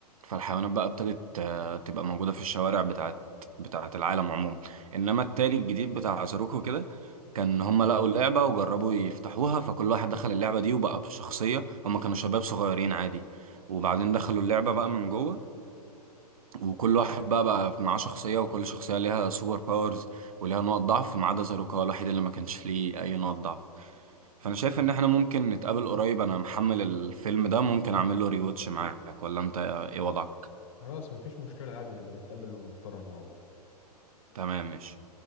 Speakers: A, on the right; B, on the left.
A: فالحيوانات بقى ابتدت آه، تبقى موجودة في الشوارع بتاعت بتاعت العالم عموما انما التاني الجديد بتاع زاروكو كده كان هم لقوا اللعبة وجربوا يفتحوها فكل واحد دخل اللعبة دي وبقى بشخصية هم كانوا شباب صغيرين عادي وبعدين دخلوا اللعبة بقى من جوه وكل واحد بقى بقى معاه شخصية وكل شخصية ليها سوبر باورز وليها نقط ضعف ما عدا زاروكا الوحيد اللي ما كانش ليه أي نقط ضعف فأنا شايف إن إحنا ممكن نتقابل قريب أنا محمل الفيلم ده ممكن أعمل له ريواتش معاك ولا أنت إيه وضعك؟
B: خلاص مفيش مشكلة عادي نبقى نتقابل ونتفرج مع بعض
A: تمام ماشي